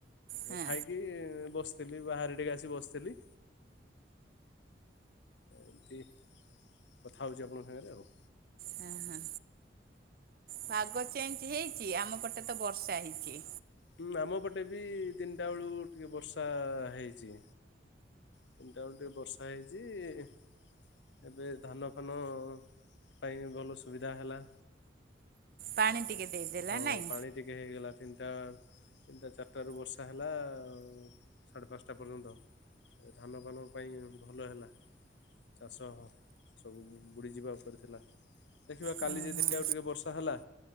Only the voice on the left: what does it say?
ଖାଇକ କି ବସଥିଲି ବାହାରେ ଟିକେ ଆସି ବସଥିଲି। ଏମିତି କଥା ହେଉଚି ଆପଣଙ୍କ ସାଙ୍ଗରେ ଆଉ।
ହୁଁ ଆମ ପଟେ ବି ତିନିଟା ବେଳୁ ଟିକେ ବର୍ଷା ହେଇଚି। ତିନିଟା ବେଳୁ ଟିକେ ବର୍ଷା ହେଇଚି। ଏବେ ଧାନ ଫାନ ପାଇଁ ଭଲ ସୁବିଧା ହେଲା।
ଆଉ
ହଁ
ପାଣି ଟିକେ ହେଇଗଲା ତିନିଟା। ତିନିଟା ଚାରିଟାରୁ ବର୍ଷା ହେଲା ସାଢ଼େ ପାଞ୍ଚଟା ପର୍ଯ୍ୟନ୍ତ। ଏବେ ଧାନଫାନ ପାଇଁ ଭଲ ହେଲା। ଚାଷ ସବୁ ବୁଡ଼ିଯିବା ଉପରେ ଥିଲା। ଦେଖିବା
କାଲି ଯଦି
ଆଉ ଟିକେ ବର୍ଷା ହେଲା,